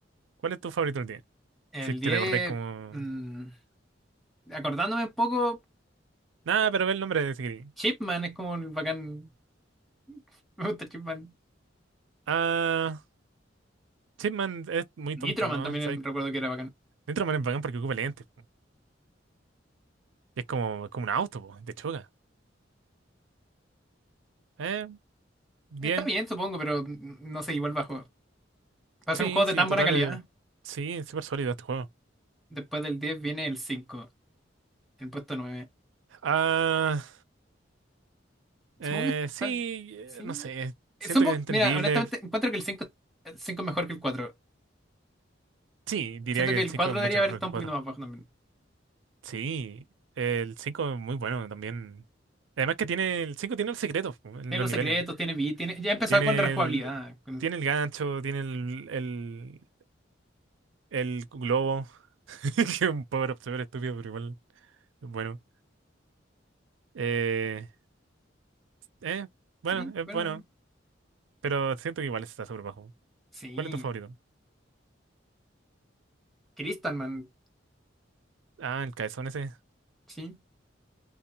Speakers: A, on the right; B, in the centre.
A: ¿Cuál es tu favorito del día?
B: El
A: Si es
B: diez
A: que te acordé como.
B: mm, acordándome un poco,
A: Nada, pero ve el nombre de Sigrid.
B: Chipman es como el bacán, <laughs> me gusta Chipman.
A: Ah, Chipman es muy
B: Nitroman
A: tonto, ¿no?
B: también
A: O
B: recuerdo que era bacán.
A: dentro man es bacán porque ocupa lentes. po. Y es como, como un auto, po, de choca. Eh, 10.
B: Está bien, supongo, pero no sé, igual bajo. Para
A: Sí,
B: ser un juego
A: sí,
B: de tan
A: total.
B: buena calidad,
A: eh, sí, es súper sólido este juego.
B: después del 10 viene el cinco el puesto nueve
A: Ah, eh,
B: Supongo que
A: sí,
B: está...
A: eh,
B: Sí.
A: no sé.
B: Es
A: Siento
B: un poco...
A: que es entendible.
B: Mira, honestamente, encuentro que el cinco el 5 es mejor que el cuatro
A: Sí, diría
B: Siento
A: que
B: que
A: el
B: el
A: 5
B: 4
A: es mucho
B: debería haber
A: mejor
B: estado
A: que el
B: un
A: cuatro
B: poquito más bajo también.
A: Sí, el 5 es muy bueno también. Además que tiene el 5 tiene los secretos po, en
B: Tiene
A: los
B: los
A: niveles.
B: secretos, tiene beat, tiene... Ya empezaba
A: Tiene
B: con la rejugabilidad.
A: el
B: con-
A: tiene el gancho, tiene el el, el globo, <laughs> que es un power up súper estúpido, pero igual es bueno. Eh, eh, bueno,
B: Sí,
A: es
B: bueno,
A: bueno, pero siento que igual está súper bajo.
B: sí.
A: ¿Cuál es tu favorito?
B: Crystalman,
A: Ah, el caezón ese.
B: sí.